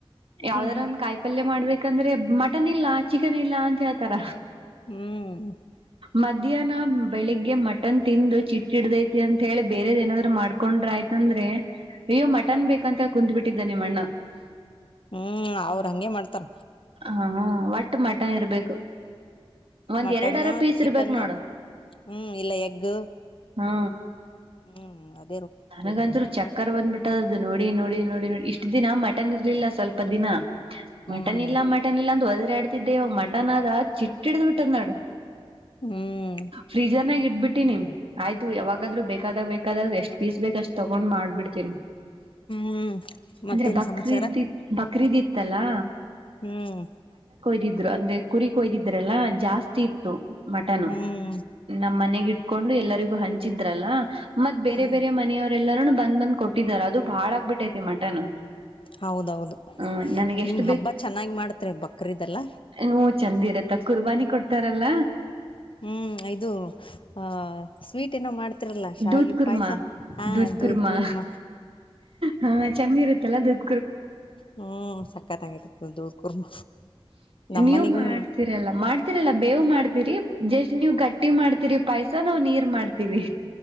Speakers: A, on the right; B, on the left.
A: ಯಾವ್ದಾರ
B: ಹ್ಮ್
A: ಒಂದ್ ಕಾಯಿ ಪಲ್ಯ ಮಾಡ್ಬೇಕಂದ್ರೆ ಮಟನ್ ಇಲ್ಲ ಚಿಕನ್ ಇಲ್ಲ ಅಂತ ಹೇಳ್ತರ
B: ಹ್ಮ್
A: ಮಧ್ಯಾಹ್ನ ಬೆಳಿಗ್ಗೆ ಮಟನ್ ತಿಂದು ಚಿಟ್ಟ ಹಡ್ದೈತಿ ಅಂತ ಹೇಳಿ ಬೇರೆದ ಏನಾದ್ರು ಮಾಡ್ಕೊಂಡ್ರೆ ಆಯ್ತತಿ ಅಂದ್ರೆ ಅಯ್ಯೋ ಮಟನ್ ಬೇಕಂತ ಕುತ್ ಬಿಟ್ಟಿದ್ದ ನಿಮ್ಮ ಅಣ್ಣ
B: ಹ್ಮ್ ಅವ್ರ ಹಂಗಗೆ ಮಾಡ್ತಾರ
A: ಹಾ ಒಟ್ಟು ಮಠ ಇರ್ಬೇಕು ಒಂದ್
B: ಮಟನ್ನು
A: ಎರಡರ ಪೀಸ್
B: ಚಿಕನ್ನು
A: ಇರ್ಬೇಕ್ ನೋಡು
B: ಹ್ಮ್ ಇಲ್ಲ ಎಗು
A: ಹಾ
B: ಹ್ಮ್ ಅದ
A: ನನಗಂತರು ಚಕ್ಕರ್ ಬಂದ್ಬಿಟ್ಟದದು ನೋಡಿ ನೋಡಿ ನೋಡಿ ನೋಡಿ ಇಷ್ಟ ದಿನ ಮಟನ್ ಇರ್ಲಿಲ್ಲ ಸ್ವಲ್ಪ ದಿನ
B: ಹ್ಮ್
A: ಮಟನ್ ಇಲ್ಲ ಮಟನ್ ಇಲ್ಲ ಅಂತ ಅದ ಆಡ್ತಿದ್ದೆವಾಗ ಮಡನ್ಾದ ಚಿಟ್ಟ ಹಿಡ್ದ್ ಬಿಿಟ್ಟದ್ ನಾಡು
B: ಹ್ಮ್
A: ಫ್ರೀಜರ್ನಾಗ ಇಟ್ಬಿಟ್ಟಿ ನಿಮ್ ಆಯ್ತು ಯಾವಾಗ ಹಾಗಾದ್ರೂ ಬೇಕಾದಾಗ ಬೇಕಾದ್ರ ಎಷ್ಟ ಪಫೀಸ್ ಬೇಕ ಅಷ್ಟ ತಗೊಂಡ್ ಮಾಡ್ಬಿಡ್ತೀನಿ
B: ಹ್ಮ್ ಮತ್ತೇನ್
A: ಅಂದ್ರೆ ಬಕ್ರೀದ್ಿ
B: ಸಮಾಚಾರ
A: ಬಕ್ರೀದ್ಿತ್ತಲ್ಲಾ
B: ಹ್ಮ್
A: ್ ಅಂದ್ರೆ ಕುರಿ ಕಯ್ದಿದ್ರಲ್ಲ ಜಾಸ್ತಿ ಇತ್ತು ಮಟನ್
B: ಹ್ಮ್
A: ನ ೊಂಡು ಎಲ್ಲರಿಗು ಹಂಚಿದ್ರಲ್ಲ ಮತ್ ಬೇರೆ
B: ಹ್ಮ್
A: ಬೇರೆ ಮನೆಯವ ಎಲ್ಲರು ಬಂದ್ ಬಂದ್ ಕೊಟ್ಟಿದಿದ್ದಾರೆಾರ ಅದು ಭಾಳ ಆಗ್ಬಿಟ್ಟೈತಿ ಮಟನ್
B: ಹೌದೌದು
A: ಹ್ಮ ನನ್ಗೆ
B: ನಿಮ್
A: ಎಷ್ಟು
B: ಹಬ್ಬ ಚೆನ್ನಾಗಿ ಮಾಡತ್ರಿ ಬಕ್ರದೆಲ್ಲ
A: ಹೂ ಚಂದ ಇರತ್ತ ಕುರ್ಬಾನಿ ಕೊಡ್ತಾರಲ್ಲ
B: ಹ್ಮ್ ಇದು ಆ ಸ್ವೀಟ್ ಏನೋ ಮಾಡ್ತಿರಲ್ಲ ಶಾವಿಗೆ
A: ದೂದ್ ಕುರ್ಮಾ
B: ಪಾಯಸ ಹಾ
A: ದೂದ್ ಕುರ್ಮಾ
B: ಕುರ್ಮ
A: ಹಾ ಚೆನ್ನಿರುತ್ತಲ್ಲಾ ದೂದ
B: ಹ್ಮ್ ಸಕ್ಕತ್ಂಗಿಟ್ಟ ದೂ ಕುರ್ಮ ನಮ್ಮನಿಗುನು
A: ನೀವು ಮಾಡ್ತೀರಲ್ಲ ಮಾಡ್ತೀರಲ್ಲ ಬೇವು ಮಾಡ್ತೀರಿ ಜಷ್ಟ್ ನೀವ್ ಗಟ್ಟಿ ಮಾಡ್ತೀರಿ ಪೈಸ ನಾವವು್ ನೀರ್ ಮಾಡ್ತೀವಿ